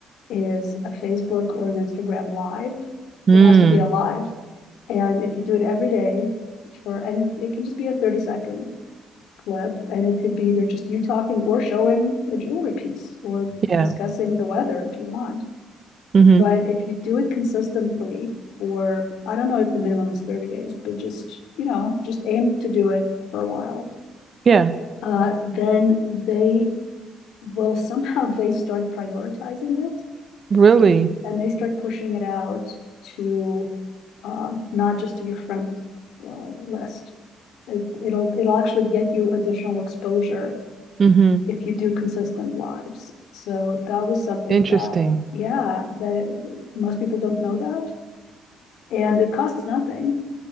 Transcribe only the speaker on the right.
Mm,
yeah,
mhm,
yeah,
really,
mhm,
interesting.